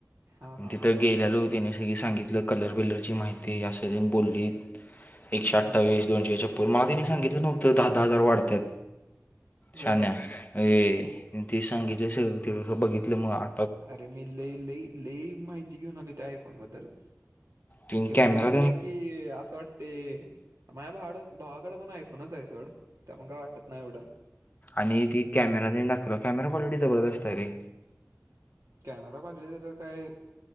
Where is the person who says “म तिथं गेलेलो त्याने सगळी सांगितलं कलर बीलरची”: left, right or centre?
Left